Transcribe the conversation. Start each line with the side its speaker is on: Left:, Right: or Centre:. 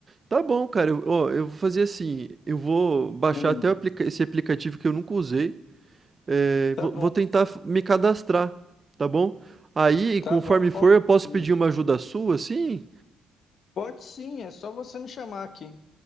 Right: Tá bom, cara. Eu, ó, eu vou fazer assim. Eu vou baixar
Left: Hum.
Right: até o aplica- esse aplicativo que eu nunca usei. É,
Left: Tá
Right: vou,
Left: bom,
Right: vou tentar me cadastrar, tá bom? Aí,
Left: tá
Right: conforme
Left: bom. Qual-
Right: for, eu posso
Left: hum.
Right: pedir uma ajuda sua, assim?
Left: Pode sim, é só você me chamar aqui,